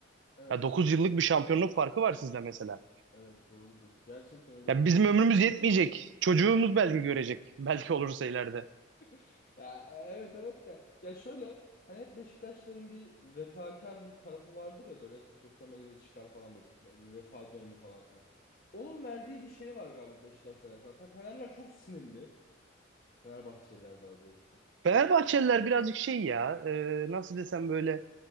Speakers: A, on the left (about 45°); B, on the right (about 65°).
A: Evet
B: Ya
A: o
B: 9 yıllık bir şampiyonluk farkı var sizde mesela.
A: evet doğru diyorsun. Gerçekten öyle
B: Ya
A: bir
B: bizim ömrümüz yetmeyecek. Çocuğumuz belki görecek. <laughs> Belki olursa ileride.
A: <laughs> ya e, evet evet de ya şöyle hani hep Beşiktaşların bir vefakar bir tarafı vardır ya böyle hep bir sosyal medyada çıkar falan böyle bir vefa dönemi falan filan. Onun verdiği bir şey var galiba Beşiktaş'la alakalı. Fe- Fenerler çok sinirli. Fenerbahçeliler daha doğrusu.
B: Fenerbahçeliler birazcık şey ya, e, nasıl desem böyle.